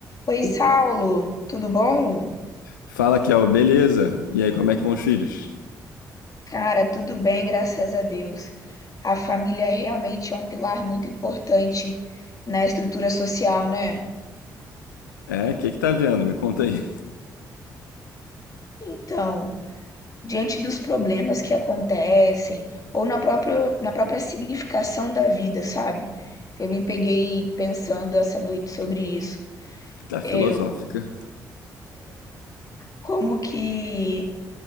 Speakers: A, on the left; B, on the left.
A: Oi, Saulo, tudo bom?
B: Fala, Kel, beleza? E aí, como é que vão os filhos?
A: Cara, tudo bem, graças a Deus. A família realmente é um pilar muito importante na estrutura social, né?
B: É, o que que tá vendo? Me conta aí.
A: Então, diante dos problemas que acontecem, ou na própria, na própria significação da vida, sabe? Eu me peguei pensando essa noite sobre isso.
B: <laughs> Tá filosófica.
A: Eu, como que